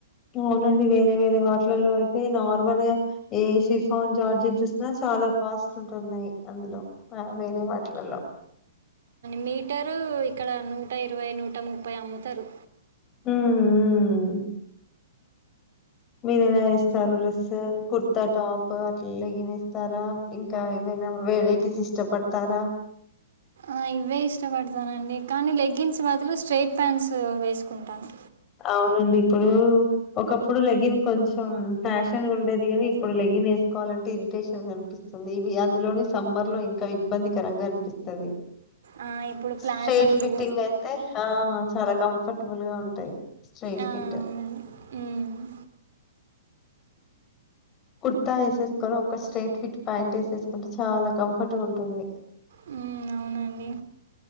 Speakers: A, on the left; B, on the right.
A: అవునండి వేరే వేరే వాటిలల్లో అదే నార్మల్ గా ఏ షిఫాన్ జార్జెట్ చూసినా చాలా కాస్ట్ ఉంటున్నాయ్ అందులో ఆ వేరే వాటిలల్లో
B: మీటరూ ఇక్కడ నూట ఇరవై నూట ముప్పై అమ్ముతరు
A: హ్మ్. హ్మ్. మీరెలా ఎస్తారు డ్రెసు కుర్ త్త టాప్ అట్లా లెగినెస్తారా ఇంకా ఏమైనా వెరైటీస్ ఇష్టపడతారా
B: ఆ ఇవే ఇష్టపడతానండి కానీ లెగిన్స్ బదులు స్ట్రైట్ ప్యాంట్స్ వేసుకుంటాను
A: అవునండి ఇప్పుడు ఒకప్పుడు లెగిన్ కొంచెం ఫ్యాషన్గ ఉండేది గాని ఇప్పుడు లెగి గిన్ వేసుకోవాలంటే ఇరిటేషన్గా అనిపిస్తుంది ఇది అందులోను‌ సమ్మర్ లో ఇంకా ఇబ్బందికరంగా అనిపిస్తది
B: ఆ, ఇప్పుడు ప్లాజోలు
A: స్ట్రైట్ ఫిట్టింగ్ అయితే ఆ చాలా కంఫర్టబుల్ గా ఉంటాయ్ స్ట్రైట్
B: ఆ, అవునండి
A: ఫిట్
B: ఉమ్,
A: కుర్తా ఎసేసుకోని ఒక స్ట్రైట్ ఫిట్ ప్యాంట్ ఎసేసుకుంటే చాలా కంఫర్ట్ గా ఉంటుంది
B: ఉమ్ అవునండి